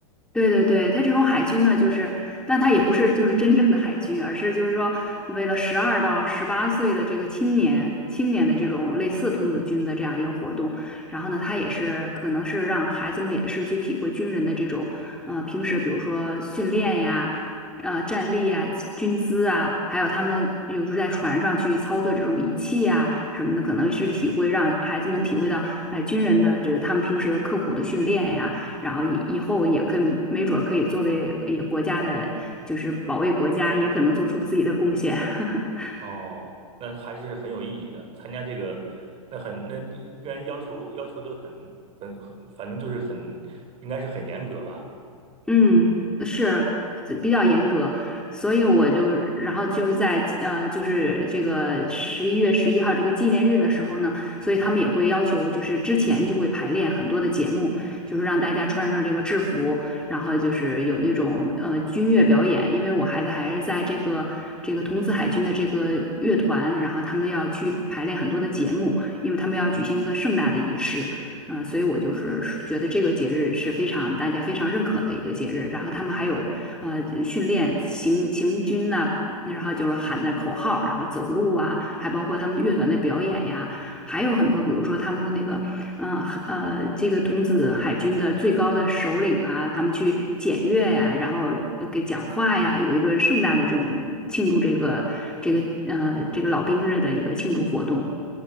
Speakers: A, in the centre; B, on the right (about 30°).
A: 对对对，他这种海军呢，就是，但他也不是就是真正的海军，而是就是说，为了十二到十八岁的这个青年青年的这种类似童子军的这样一个活动，然后呢，他也是可能是让孩子们也是去体会军人的这种，呃，平时比如说训练呀，呃，站立呀，军姿啊，还有他们有时候在船上去操作这种仪器呀什么的，可能是体会让孩子们体会到，哎、军人的这个他们平时的刻苦的训练呀。然后以以后也更没准儿可以作为也国家的，就是保卫国家，也可能做出自己的贡献。<laughs>
B: 哦，那还是很有意义的。参加这个，那很那应该要求要求都很很很，反正就是很应该是很严格吧。
A: 嗯，
B: 嗯，
A: 是比较严格，所以我就，然后就是在呃，就是这个十一月十一号这个纪念日的时候呢，所以他们也会要求，就是之前就会排练很多的节目，就是让大家穿上这个制服，然后就是有那种呃军乐表演，因为我孩子还是在这个这个童子海军的这个乐团，然后他们要去排练很多的节目，因为他们要举行一个盛大的仪式。嗯、所以我就是觉得这个节日是非常大家非常认可的一个节日。然后他们还有呃训练行行军呐、然后就是喊的口号，然后走路啊，还包括他们乐团的表演呀，还有很多，比如说他们的那个呃呃这个童子海军的最高的首领啊，他们去检阅呀、然后呃给讲话呀，有一个盛大的这种庆祝这个这个呃这个老兵日的一个庆祝活动。